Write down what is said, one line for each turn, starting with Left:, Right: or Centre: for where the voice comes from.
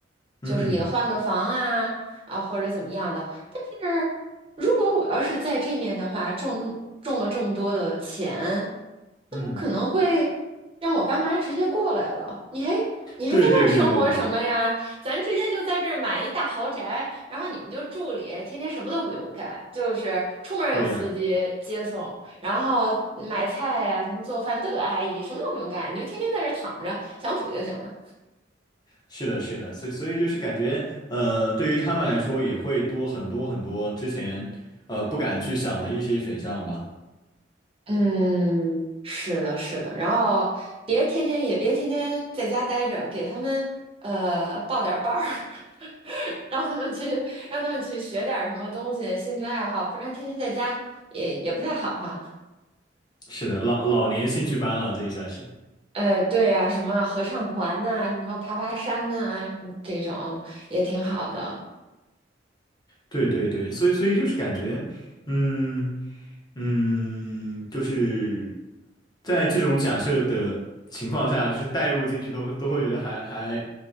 Left: 嗯
Right: 就是也换个房啊啊或者怎么样的。但是如果我要是在这面的话，中中中了这么多的钱。
Left: 嗯，
Right: 我可能会让我爸妈直接过来了。你还你还在那儿生活什么呀？
Left: 对对对对对
Right: 咱直接就在这儿买一大豪宅，然后你们就住里，天天什么都不用干，就是出门有司机接送，
Left: 对呀。
Right: 然后买菜呀、什么做饭都有阿姨，什么都不用干，你就天天在这儿躺着享福就行了。
Left: 是的，是的，所以所以就是感觉，呃，对于他们来说也会多很多很多之前呃不敢去想的一些选项吧。
Right: 嗯，是的，是的，然后别天天也别天天在家待着，给他们呃报点儿班儿，<laughs> 让他们去让他们去学点儿什么东西，兴趣爱好，不然天天在家也也不太好哈、
Left: 是的，老老年兴趣班了，这一下是。
Right: 呃，对呀、什么合唱团呐、什么爬爬山啊，嗯这种也挺好的。
Left: 对对对，所以所以就是感觉，嗯嗯，就是在这种假设的情况下，就是带入进去都都会觉得还还